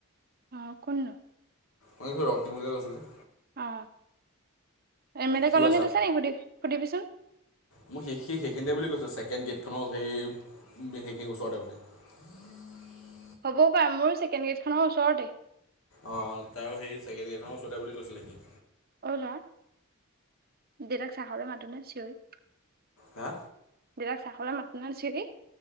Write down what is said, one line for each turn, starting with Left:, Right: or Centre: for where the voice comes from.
Right: অ কোননো?
Left: মই কিছো ৰক্টিম বুলিয়ে কৈছিলে
Right: অ এম এল এ
Left: সিও
Right: কলনীত আছে নি সুধি সুধিবিচোন।
Left: মই সেই সেই সেইখিনিতে বুলি কৈছে ছেকেণ্ড গেটখনৰ সেই সেইখিনি ওচৰতে বোলে <unintelligible>
Right: হবও পই মোৰো ছেকেণ্ড গেডখনৰ ওচৰতে
Left: অ তাৰ সেই চেকেণ্ড গেটখনৰ ওচতে বুলি কৈছিলে সি
Right: অ লৰা, দেউতাক চাহলৈ মাতোনে চিঞৰি?
Left: হা?
Right: দেতাক চাহলে মাতোনে চিঞৰি?